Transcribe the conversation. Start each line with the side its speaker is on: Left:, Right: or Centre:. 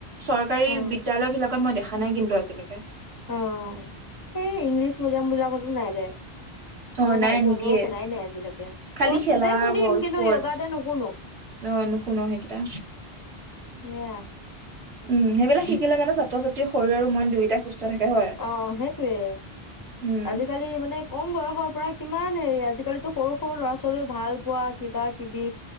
Right: চৰকাৰী
Left: অ
Right: বিদ্যালয় বিলাকত মই দেখা নাই কিন্তু আজি। <inaudible>
Left: অ' এই ইংলিছ মিডিয়াম বিলাকতো নাই দেই।
Right: অ'
Left: আমাৰ
Right: নাই
Left: ভাইটিহঁতৰো
Right: নিদিয়ে
Left: শুনাই নাই আজিলৈকে, স্পৰ্টচ
Right: খালি খেলাব
Left: দে শুনিম কিন্তু
Right: স্পৰ্টচ
Left: য়োগা দে নুশুনো।
Right: অ' নুশুনো সেইকেইটা।
Left: সেয়া
Right: উম সেইবিলাক শিকিলে মানে ছাত্ৰ ছাত্ৰ শৰীৰ আৰু মই দুয়োটা সুস্থ থাকে হয়।
Left: অ' সেইটয়ে
Right: উম,
Left: আজিকালি মানে কম বয়সৰ পৰা কিমান আজিকালিটো সৰু সৰু ল'ৰা ছোৱালী ভাল কোৱা কিবা কিবি